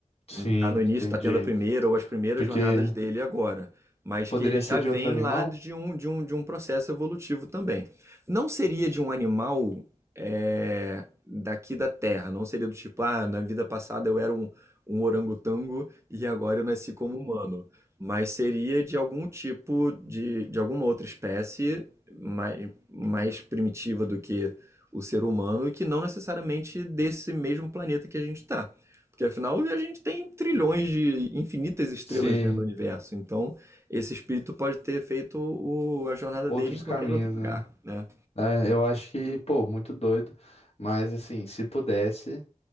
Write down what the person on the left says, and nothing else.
Sim,
entendi.
Porque
poderia
ser
de
outro animal?
Sim,
outros
caminhos,
né?
É, eu acho que, pô, muito doido. Mas assim, se pudesse.